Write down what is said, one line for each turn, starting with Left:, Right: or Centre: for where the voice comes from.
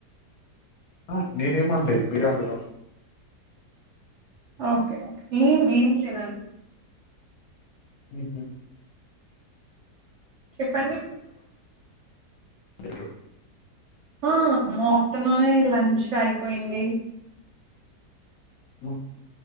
Left: ఆ నేనేం అనలేదు మీరే అంటున్నారు
Right: ఓకే ఓకే ఏం భీమ్ లేదండి
Left: హ్మ్ హ్మ
Right: చెప్పండి
Left: బెటరు
Right: ఆ ఆఫ్టర్నూనే లంచ్ అయిపోయింది
Left: మ్మ